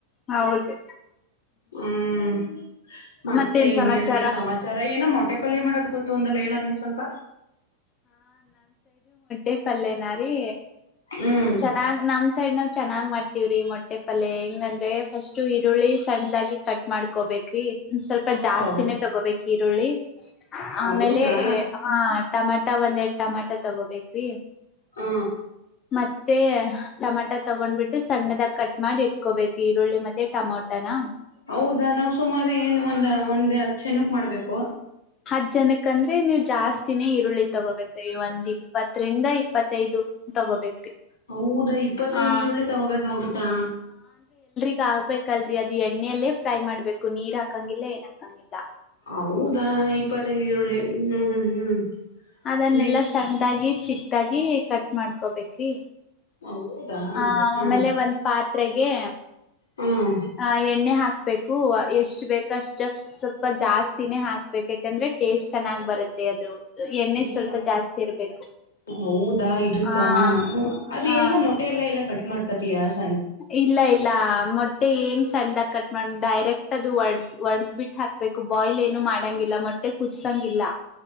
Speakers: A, on the left; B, on the left.
A: ಹೌದು
B: ಹ್ಮ್ ಮತ್ತೆ
A: ಮತ್ತೇನ್
B: ಇನ್ನೇಂದ್ರಿ
A: ಸಮಾಚಾರ
B: ಸಮಾಚಾರ ಏನ ಮೊಟ್ ಪಲ್ಯ ಮಾಡೋದು ಗೊತ್ತು ಒಂದಲ್ಲ ಹೇಳಂಗೆ ಸ್ವಲ್ಪ
A: ಎ ಪಲ್ಲೇನ ರೀ
B: ಹ್ಮ್
A: ಚೆನ್ನಾಗ್ ನಮ್ ಸೈಡ್ ನಾವ ಚೆನ್ನಾಗ್ ಮಾಡ್ ವ್ರಿ ಮೊಟ್ಟೆ ಪಲ್ಲೆ ಹೆಂಗಂದ್ರೆ ಫಸ್ಟು ಈರುಳ್ಳಿ ಸಣ್ಣದಾಗಿ ಕಟ್ ಮಾಡ್ಕೋಬೇಕ್ರಿ ಸ್ವಲ್ಪ ಜಾಸ್ತಿನೇ
B: ಹೌ
A: ತಗೋಬೇಕ ಈರುಳ್ಳಿ
B: ಹೌದಾ
A: ಆಮೇಲೆ ಹ ಟಮಾಟ ಟ ಒಂನೆಡ್ತಾ ಟಮಾಟೊ ತಗೋಬೇಕ್ರೀ
B: ಹಾ
A: ಮತ್ತೆ ಟಮಾಟ ತಗೊಂಡ್ಬಿಟ್ಟು ಸಣ್ಣದಾಗ ಕಟ್ ಮಾಡಿ ಇಟ್ಕೋಬೇಕು ಈರುಳ್ಳಿ ಮತ್ತೆ ಟಮಾಟನ
B: ಹೌದಾ ನಾವ್ ಸುಮಾರು ಏನು ಒಂದ ಒಂದ ಕ್ಷಷಣಕ್ ಮಾಡ್ಬೇಕು
A: ಹತ್ತು ಜನಕ್ ಯಾಕಂದ್ರೆ ನೀವು ಜಾಸ್ತಿನೇ ಈರುಳ್ಳಿ ತಗೋಬೇಕ್ರೀ ಒಂದ್ ಇಪ್ಪತ್ತರಿಂದ ಇಪ್ಪತ್ ಮತ್ತೈದು ತಗೋಬೇಕ್ರಿ
B: ಹೌದಾ ಇಪ್ಪತ್ತೈದು
A: ಆ
B: ಈರುಳ್ಳಿ ತಗೋಬೇಕಾಗುತ್ತಾ
A: ಗ ಆಗ್ಬೇಕಲ್ರರಿ ಅದು ಎಣ್ಣಲಿ ಫ್ರೈ ಮಾಡ್ಬೇಕು ನೀರ್ ಹಾ ಕ್ಕಂಗಿಲ್ಲ ಏನಾಕ್ಕಂಗಿಲ್ಲ
B: ಹೌದ್ ಹ ಇಪ್ಪತೈಇರುಳ್ಳಿ ಹ್ಮ್ ಹ್ಮ್ ಹ್ಮ್
A: ಅದನ್ನೆಲ್ಲಾ
B: ನೆಕ್ಸ್ಟ್
A: ಸಣ್ಣದಾಗಿ ಚಿಕ್ ತಾಗಿ ಕಟ್ ಮಾಡ್ಕೊಬೇಕ್ರಿ
B: ಹೌದಾ
A: ಹ ಆಮೇಲೆ
B: ಹ್ಮ್
A: ಒಂದ್ ಪಾತ್ ದ್ರಗೆ
B: ಹ್ಮ್
A: ಹ ಎಣ್ಣೆ ಹಾಕ್ ಬೆಕು ಎಷ್ಟ್ ಬೇಕ ಅಷ್ಟ ಸ್ವಲ್ಪ ಜಾಸ್ತಿನೇ ಹಾಕ್ಬೇಕು ಯಾಕಂದ್ರೆ ಟೇಸ್ಟ್ ಚೆನ್ನಾಗ್ ಬರುತ್ತೆ ಅದು ಎಣ್ಣೆ ಸ್ವಲ್ಪ
B: ಏನು
A: ಜಾಸ್ತಿ ಇರ್ಬೇಕು
B: ಹೌದಾ ಇದಕ್ಕಾ
A: ಹಾ
B: ಅದು
A: ಹ
B: ಎಲ್ಲಾ ಮೊಟ್ಟೆ ಎಲ್ಲ ಎಲ್ಲ ಕಟ್ ಮಾಡ್ಕತ್ತ ತಿಯಸ್
A: ಇಲ್ಲ ಇಲ್ಲ ಮೊಟ್ಟೆ ಏನ್ ಸಣ್ಣದಾಗ್ ಕಟ್ ನಾ ಡೈರೆಕ್ಟ್ ಅದು ಒಡ್ದ್ ಒಡದ್ ಬಿಟ್ಟ ಹಾಕ್ಬೇಕು ಬಾಯ್ಲ್ ಏನು ಮಾಡಂಗಿಲ್ಲ ಮೊಟ್ಟೆ ಕುದಸಂಗಿಲ್ಲ